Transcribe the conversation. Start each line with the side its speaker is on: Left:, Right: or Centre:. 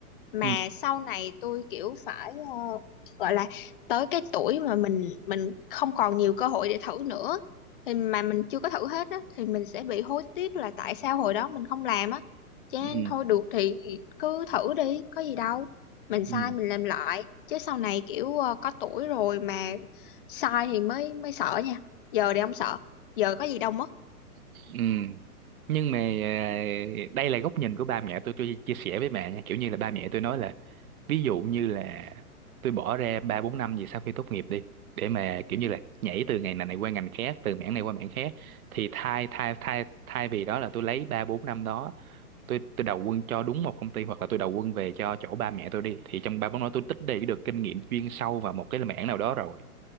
Left: mà
Right: ừ
Left: sau này tôi kiểu phải ờ, gọi là tới cái tuổi mà mình mình không còn nhiều cơ hội để thử nữa thì mà mình chưa có thử hết á thì mình sẽ bị hối tiếc là tại sao hồi đó mình không làm á cho nên
Right: ừ
Left: thôi được thì cứ thử đi có gì đâu mình
Right: ừ
Left: sai mình làm lại chứ sau này kiểu ờ, có tuổi rồi mà sai thì mới mới sợ nha giờ thì không sợ giờ có gì đâu mất
Right: ừ nhưng mà à, đây là góc nhìn của ba mẹ tôi tôi chia sẻ với mẹ nha kiểu như là ba mẹ tôi nói là ví dụ như là tôi bỏ ra ba bốn năm gì sau khi tốt nghiệp đi để mà kiểu như là nhảy từ ngành này này qua ngành khác từ mảng này qua mảng khác thì thay thay thay thay vì đó là tôi lấy ba bốn năm đó tôi tôi đầu quân cho đúng một công ty hoặc là tôi đầu quân về cho chỗ ba mẹ tôi đi thì trong ba bốn năm đó tôi tích lũy được kinh nghiệm chuyên sâu vào một cái mảng nào đó rồi